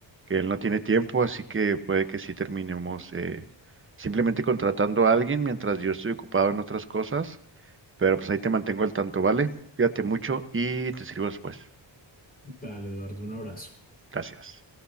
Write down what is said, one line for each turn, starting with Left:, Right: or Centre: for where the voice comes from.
Right: que él no tiene tiempo, así que puede que sí terminemos eh, simplemente contratando a alguien mientras yo estoy ocupado en otras cosas, pero pues ahí te mantengo al tanto, ¿vale? Cuídate mucho y te sirvo después.
Left: Dale, Eduardo, un abrazo.
Right: Gracias.